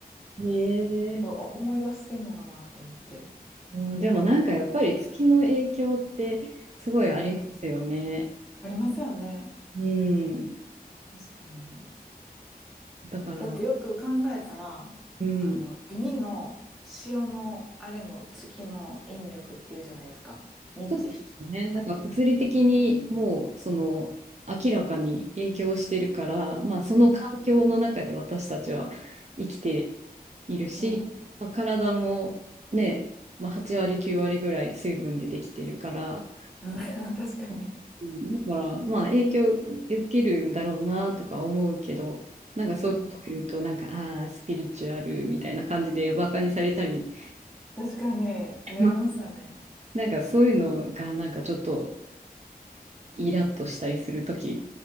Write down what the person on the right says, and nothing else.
へえ
うん、でもなんかやっぱり月の影響ってすごいありますよね。
うん。
だから、
うん。
そうですね。なんか物理的にもうその明らかに影響してるから、まあその環境の中で私たちは生きて
いるし、
まあ、体もね、まあ、8割9割ぐらい水分でできてるから、
うんだからまあ影響受けるんだろうなとか思うけど、なんかそういうことを言うとなんかああースピリチュアルみたいな感じでバカにされたり、
まあなんかそういうのがなんかちょっとイラッとしたりする時